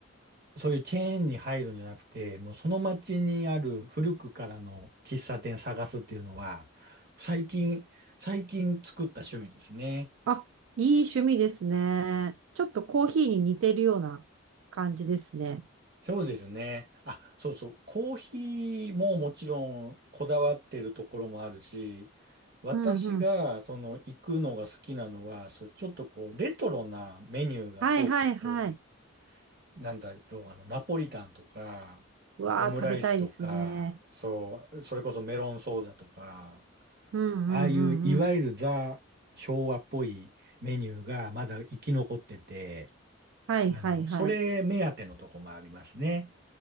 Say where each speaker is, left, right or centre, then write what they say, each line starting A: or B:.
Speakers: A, on the right (about 50°); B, on the right (about 70°).
A: そういうチェーンに入るんじゃなくて、もうその町にある古くからの喫茶店探すっていうのは、最近、最近作った趣味ですね。
B: あ、いい趣味ですね。ちょっとコーヒーに似てるような感じですね。
A: そうですね。あ、そうそう。コーヒーももちろんこだわってるところもあるし、私がその行くのが好きなのは、
B: うん、うん。
A: そう、ちょっとこう、レトロなメニューが多くて、
B: はい、はい、はい。
A: なんだろう、あの、ナポリタンとか、
B: うわー、
A: オムライスとか、
B: 食べたいですね。
A: そう、それこそメロンソーダとか、
B: うん、うん、
A: ああいういわゆるザ昭和っぽいメニューがまだ生き残ってて、
B: うん、うん。はい、
A: あの、
B: はい、はい。
A: それ目当てのとこもありますね。